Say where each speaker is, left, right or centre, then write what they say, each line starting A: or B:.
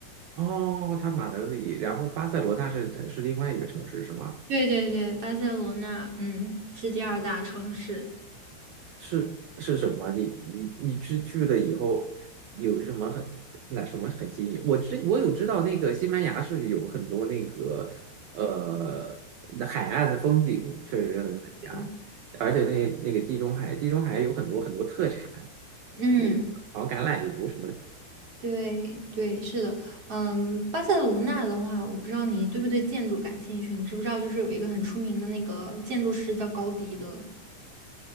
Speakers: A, on the right; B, on the right.
A: 哦，它马德里，然后巴塞罗那是是另外一个城市，是吗？
B: 对对对，巴塞罗那，嗯，是第二大城市。
A: 是是什么？你你你去去了以后有什么很那什么很新引？我知我有知道那个西班牙是有很多那个呃那海岸的风景，确实很美呀。
B: 对，
A: 而且那那个地中海，地中海有很多很多特产，
B: 嗯。
A: 那好像橄榄油什么的。
B: 对对，是的，嗯，巴塞罗那的话，我不知道你对不对建筑感兴趣，你知不知道就是有一个很出名的那个建筑师叫高迪的，